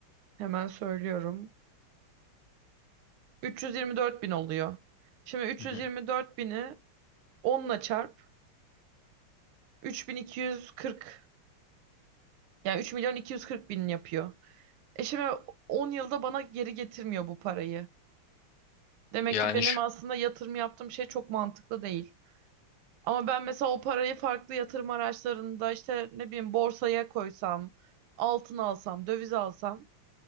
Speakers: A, on the right (about 85°); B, on the left (about 80°).
A: hemen söylüyorum. 324 bin oluyor. Şimdi 324
B: Hı hı.
A: bini onla çarp. 3240 yani 3 milyon 240 bin yapıyor. E şimdi 10 yılda bana geri getirmiyor bu parayı. Demek
B: Yani
A: ki benim
B: şu
A: aslında yatırım yaptığım şey çok mantıklı değil. Ama ben mesela o parayı farklı yatırım araçlarında işte ne bileyim borsaya koysam, altın alsam, döviz alsam